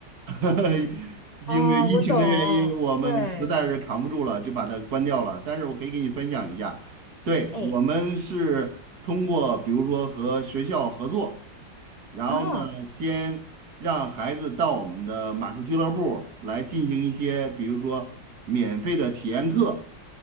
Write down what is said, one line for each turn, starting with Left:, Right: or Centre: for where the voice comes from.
Right: <laughs> 因为疫情的原因，
Left: 哦，我懂，
Right: 我们实在是扛不住了，
Left: 对
Right: 就把它关掉了。但是我可以给你分享一下，对，
Left: 诶，
Right: 我们是通过比如说和学校合作。然后呢，
Left: 哦，
Right: 先让孩子到我们的马术俱乐部来进行一些，比如说免费的体验课